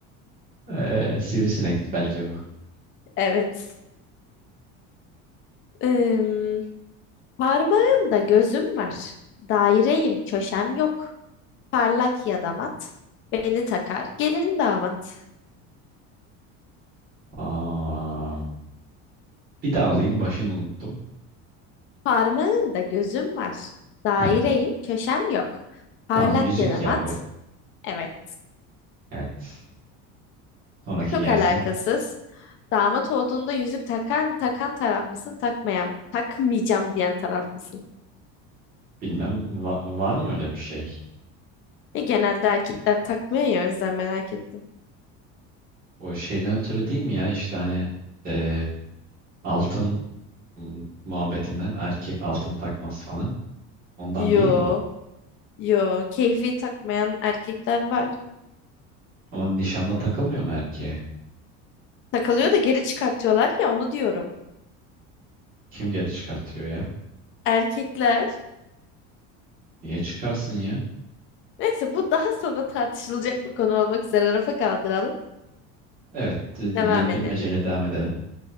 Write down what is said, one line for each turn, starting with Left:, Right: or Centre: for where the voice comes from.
Right: Ee, sivrisinekti bence bu.
Left: Evet. Ee, parmağında gözüm var. Daireyim, köşem yok. Parlak ya da mat. Beni takar, gelin damat.
Right: Aa, bir daha alayım başını unuttum.
Left: Parmağında gözüm var. Daireyim,
Right: Heh,
Left: köşem yok. Parlak
Right: tamam yüzük
Left: ya da
Right: ya
Left: mat.
Right: bu.
Left: Evet.
Right: Evet. Sonraki
Left: Çok
Right: gelsin.
Left: alakasız. Damat olduğunda yüzük takar mı, takan taraf mısın, takmayan, takmayacağım diyen taraf mısın?
Right: Bilmem va- var mı öyle bir şey?
Left: E genelde erkekler takmıyor ya o yüzden merak ettim.
Right: O şeyden ötürü değil mi ya işte hani e, altın m, muhabbetinden erkek altın takmaz falan. Ondan
Left: Yo,
Right: değil mi o?
Left: yo. Keyfi takmayan erkekler var.
Right: Ama nişanda takılmıyor mu erkeğe?
Left: Takılıyor da geri çıkartıyorlar ya onu diyorum.
Right: Kim geri çıkartıyor ya?
Left: Erkekler.
Right: Niye çıkarsın ya?
Left: Neyse bu daha sonra tartışılacak bir konu olmak üzere rafa kaldıralım.
Right: Evet, e, ye-
Left: Devam edelim.
Right: bilmeceyle devam edelim.